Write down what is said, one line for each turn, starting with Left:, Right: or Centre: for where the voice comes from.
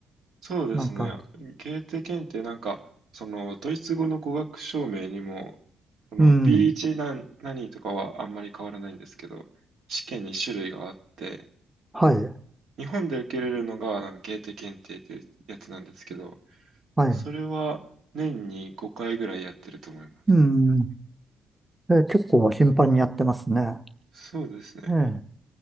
Right: そうですね。
Centre: なんか、
Right: ゲーテ検定なんか、そのドイツ語の語学証明にも、この
Centre: うん。
Right: B1 何、何とかはあんまり変わらないんですけど、試験に種類があって、
Centre: はい。
Right: 日本で受けれるのがなんかゲーテ検定っていうやつなんですけど、
Centre: はい。
Right: それは年に5回ぐらいやってると思います。
Centre: うん。え、結構頻繁にやってますね。
Right: そうですね。
Centre: ええ。